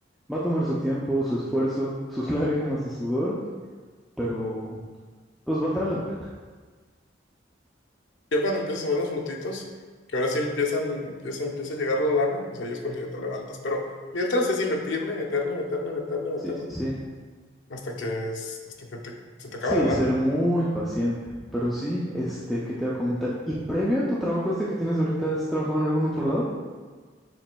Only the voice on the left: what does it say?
ya cuando empiezas a ver los frutitos, que ahora sí empiezan, empieza, empieza a llegar la lana, pues ahí es cuando ya te levantas. Pero mientras es invertirle, meterle, meterle, meterle, meterle,
hasta que, es- hasta que te- se te acaba
la lana.